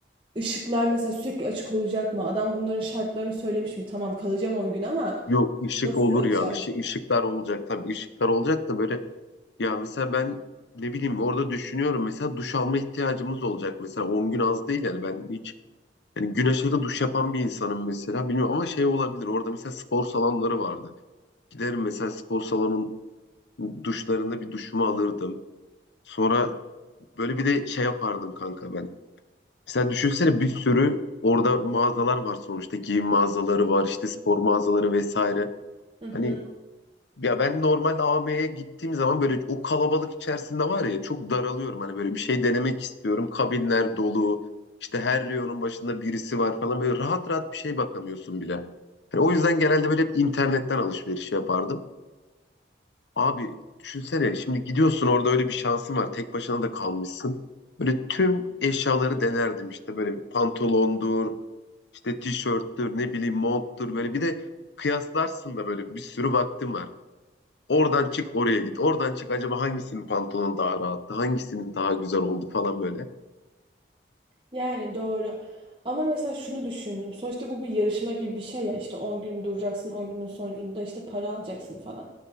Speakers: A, on the right; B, on the left.
A: Işıklar mesela sürekli açık olacak mı? Adam bunların şartlarını söylemiş mi? Tamam kalacağım 10 gün ama
B: Yok ışık
A: nasıl
B: olur
A: kalacağım?
B: ya ışık, ışıklar olacak tabii ışıklar olacak da böyle ya mesela ben ne bileyim orada düşünüyorum mesela duş alma ihtiyacımız olacak mesela 10 gün az değil yani ben hiç Yani güneşe de duş yapan bir insanım mesela. Bilmiyorum ama şey olabilir. Orada mesela spor salonları vardı. Giderim mesela spor salonun duşlarında bir duşumu alırdım. Sonra böyle bir de şey yapardım kanka ben. Mesela düşünsene bir sürü orada mağazalar var sonuçta. Giyim mağazaları var, işte spor mağazaları vesaire.
A: Hı hı.
B: Hani ya ben normalde AVM'ye gittiğim zaman böyle o kalabalık içerisinde var ya çok daralıyorum. Hani böyle bir şey denemek istiyorum. Kabinler dolu. işte her reyonun başında birisi var falan. Böyle rahat rahat bir şey bakamıyorsun bile. Hani o yüzden genelde böyle hep internetten alışveriş yapardım. Abi düşünsene şimdi gidiyorsun orada öyle bir şansın var. Tek başına da kalmışsın. Böyle tüm eşyaları denerdim işte böyle pantolondur, işte tişörttür, ne bileyim monttur böyle bir de kıyaslarsın da böyle bir sürü vaktim var. Oradan çık oraya git. Oradan çık acaba hangisinin pantolonu daha rahattı? Hangisinin daha güzel oldu falan böyle.
A: Yani doğru. Ama mesela şunu düşündüm. Sonuçta bu bir yarışma gibi bir şey ya. İşte 10 gün duracaksın, 10 günün sonucunda işte para alacaksın falan.